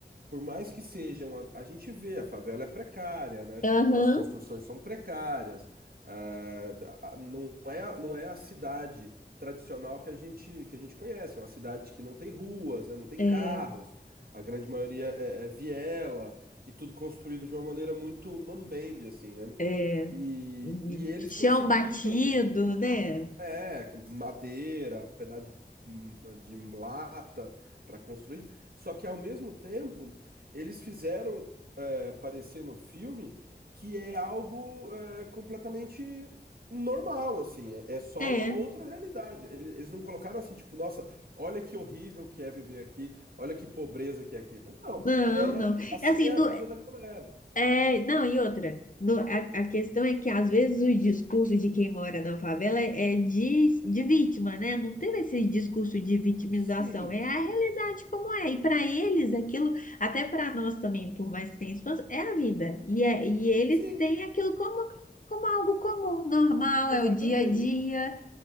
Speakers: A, on the right (about 60°); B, on the left (about 50°).
A: Por mais que sejam, a, a gente vê, a favela é precária, né? Tipo,
B: Aham.
A: as construções são precárias. eh, a- a- não é, não é a cidade tradicional que a gente, que a gente conhece. É uma cidade que não tem ruas, né? Não tem
B: é,
A: carros. A grande maioria é, é viela e tudo construído de uma maneira muito mambembe, assim, né?
B: é,
A: E,
B: um
A: e eles
B: chão
A: conseguiram
B: batido, né?
A: é, madeira, pedaço de, hum, de lata para construir. Só que ao mesmo tempo, eles fizeram é, parecer no filme que é algo é, completamente normal, assim. É, é só
B: É.
A: uma outra realidade. Ele- Eles não colocaram assim, tipo, nossa, olha que horrível que é viver aqui, olha que pobreza que é aqui. Não,
B: Não,
A: é
B: não.
A: assim
B: É Assim,
A: é
B: no-
A: a vida da galera.
B: É, não, e outra, no- a, a questão é que às vezes o discurso de quem mora na favela é de, de vítima, né? Não tem esse discurso de vitimização,
A: Sim,
B: é a realidade como é. E para eles, aquilo, até para nós também, por mais que tenha espaço, é a vida. E, é, e eles
A: sim,
B: têm aquilo como, como algo comum, normal,
A: exatamente,
B: é o dia a dia,